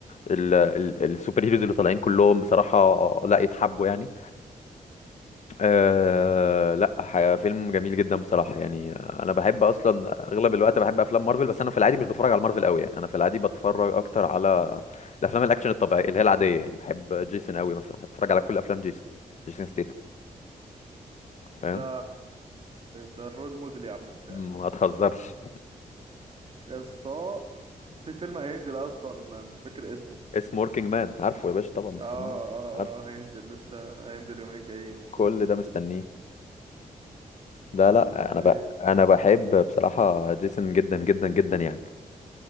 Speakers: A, on the left; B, on the right.
A: ال- ال- السوبر هيروز اللي طالعين كلهم بصراحه آه، لا يتحبوا يعني أه لا ح- فيلم جميل جدا بصراحة يعني أنا بحب أصلا أغلب الوقت بحب أفلام مارفل بس أنا في العادي مش بتفرج على مارفل قوي يعني أنا في العادي بتفرج أكتر على الأفلام الأكشن الطبيعية اللي هي العادية يعني بحب جيسون قوي مثلا بحب أتفرج على كل أفلام جيسون جيسون ستيتم
B: ده
A: فاهم
B: ده الرول موديل يا عم بتاعي
A: ما تهزرش
B: يا اسطى في فيلم هينزل اصلا مش فاكر اسمه
A: اسمه وركينج مان عارفه يا باشا طبعا مستنيه
B: اه اه
A: عارف
B: اه هينزل لسه هينزل اليومين الجايين المفروض
A: كل ده مستنيه ده لا
B: طب
A: أنا
B: ايه
A: بقى أنا بحب بصراحة جيسون جدا جدا جدا يعني